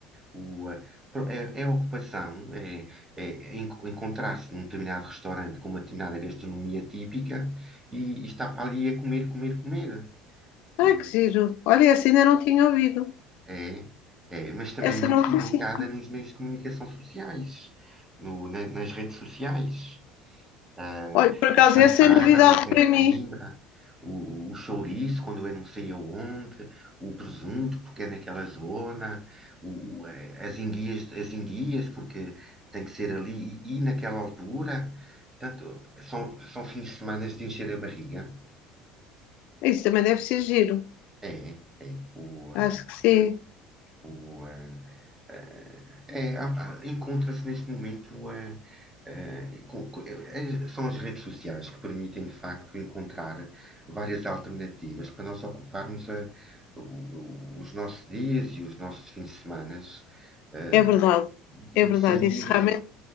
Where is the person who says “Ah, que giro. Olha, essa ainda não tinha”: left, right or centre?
Left